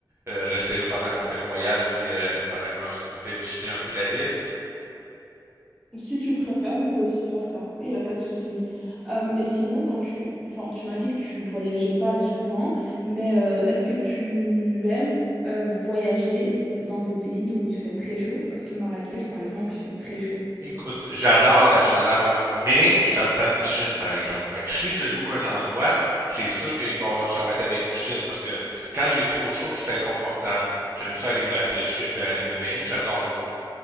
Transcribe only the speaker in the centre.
Si tu préfères, on peut aussi faire ça, il n'y a pas de souci. Euh, et sinon, quand tu, enfin, tu m'as dit que tu voyageais pas souvent, mais euh, est-ce que tu aimes euh, voyager dans des pays où il fait très chaud? Parce que Marrakech, par exemple, il fait très chaud.